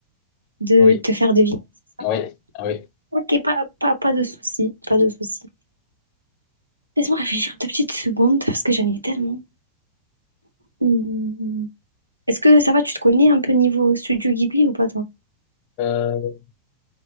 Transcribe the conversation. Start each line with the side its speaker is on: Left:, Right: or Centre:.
Right: de
Left: Oui,
Right: te faire deviner, c'est ça?
Left: oui, oui.
Right: Ok, pas, pas, pas de souci, pas de souci. Laisse-moi réfléchir deux petites secondes, parce que j'en ai tellement. Hmm. Est-ce que ça va, tu te connais un peu niveau Studio Ghibli ou pas, toi?
Left: Euh,